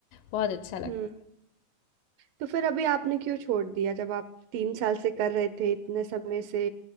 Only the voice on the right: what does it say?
हम्म
तो फिर अभी आपने क्यों छोड़ दिया जब आप तीन साल से कर रहे थे इतने समय से